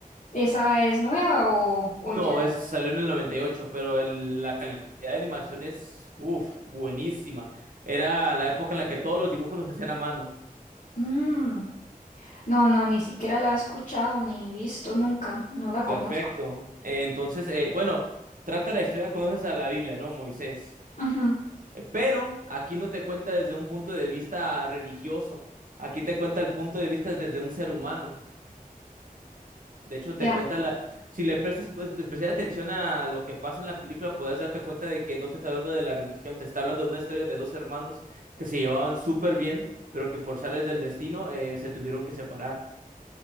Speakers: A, on the left (about 60°); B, on the right (about 60°).
A: ¿Esa es nueva o, o
B: No,
A: ya?
B: es, salió en el 98, pero el- la calidad de animación es, uff, buenísima. Era la época en la que todos los dibujos los hacían a mano.
A: Mm. No, no, ni siquiera la he escuchado ni visto nunca, no la conozco.
B: Perfecto. Eh, Entonces, eh, bueno, trata la historia, conoces a la Biblia, ¿no? Moisés.
A: Ujú,
B: Eh, Pero aquí no te cuenta desde un punto de vista religioso, aquí te cuenta el punto de vista desde un ser humano. De hecho, te
A: Ya,
B: cuenta la... Si le prestas pues, especial atención a lo que pasa en la película, podrás darte cuenta de que no te está hablando de la religión, te está hablando de una historia de dos hermanos que se llevaban súper bien, pero que por sales del destino eh, se tuvieron que separar.